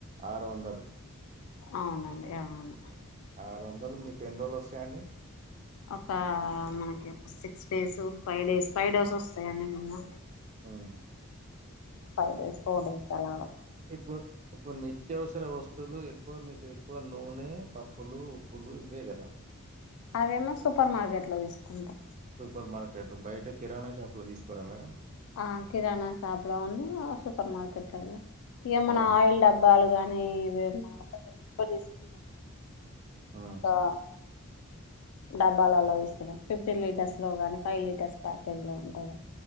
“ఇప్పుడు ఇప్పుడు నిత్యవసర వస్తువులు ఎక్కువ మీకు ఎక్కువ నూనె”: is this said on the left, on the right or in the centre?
Right